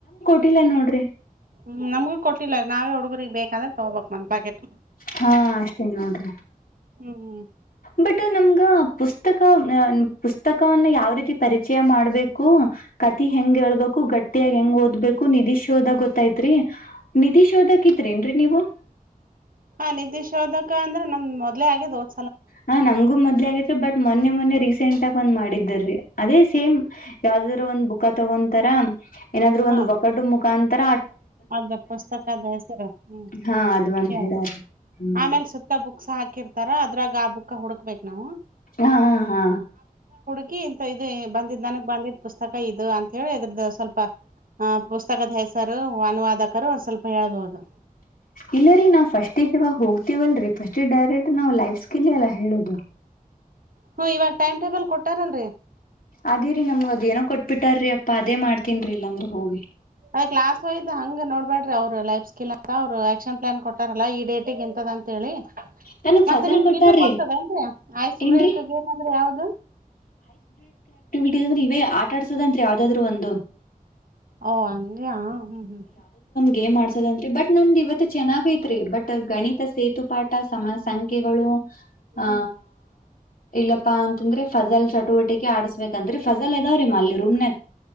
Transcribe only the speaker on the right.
ಹ್ಮ್ ನಮಗೂ ಕೊಟ್ಟಿಲ್ಲ ನಾವೇ ಹಡುಗುರಿಗೆಗ್ ಬೇಕಂದ್ರೆ ತಗೋಬೇಕಕ್ ಮನ್ ಪ್ಯಾಕೆಟ್
ಹ್ಮ್
ಹ ನಿಿದೇಶೋಧಕ ಅಂದ್ರೆ ನಮ್ ಮೊದ್ಲೆೇ ಆಗೇದೋದ
ಹಾ
ಅದ ಪುಸ್ತಕದ ಹೆಸರು ಹ್ಮ
ಹ
ಆಮೇಲೆ ಸುತ್ತ ಬುಕ್ಸ್ ಹಾಕಿರ್ತಾರ ಅದ್ರಾಗ ಆ ಬುಕ್ ಹುಡುಕ್ಬೇಕಕ್ ನಾವು
ಕಿ ಇಂತ ಇದು ಬಂದಿದ್ ನನಗ್ ಬಂದಿದ್ ಪುಸ್ತಕ ಇದು ಅಂತ ಹೇಳಿ ಇದ್ರ್ದ ಸ್ವಲ್ಪ ಅ ಪುಸ್ತಕದ ಹೆಸರು ್ ಅನುವಾದಕರು ಒಂದ್ ಸ್ವಲ್ಪ ಹೇಳ್ಬಹದು
ಹ್ಮ ಇವಾಗ ಟೈಮ್ ಟೇಬಲ್ ಕೊಟ್ಟಾರನ್ರಿ
ಅದೇ ಕ್ಲಾಸ್ ವೈಸ್್ ಹಂಗ್ ನೋಡ್ಬೇ್ರಿ ಅವರು ಲೈಫ್ ಸ್ಕಿಲ್ ಅಂತ ಅವ್ರು ಆಕ್ಷನ್ ಪ್ಲಾನ್ ಕೊಟ್ಟಾರಲ್ಲ ಈ ಡೇಟಿಗೆ ಇಂತದ ಅಂತ ಹೇಳಿ
ಮತ್ತೆ
ನಿಮ್ಗೆ
ಇದು ಗೊತ್ತದ ಏನ್ೀ ಐಸ್
ಬ್ರೇಕ್ ಏನಂದ್ರೆ ಯಾವ್ದ
ಓ ಅಂಗಯಾ ಹ್ಮ್ ಹ್ಮ್
ಹ್ಮ್